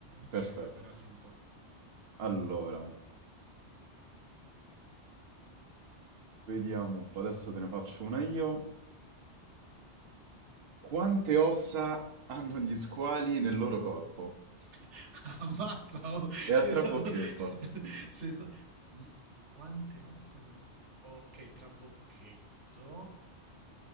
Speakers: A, on the right; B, on the right.
A: perfetto.
B: Dai, questa era simple.
A: Allora, vediamo un po', adesso te ne faccio una io. Quante ossa hanno gli squali nel loro corpo?
B: <laughs> Ammazza, oh,
A: E
B: sei
A: a trabocchetto.
B: stato... <laughs> sei stato... gli- Quante ossa... hanno lì? Ok, trabocchetto.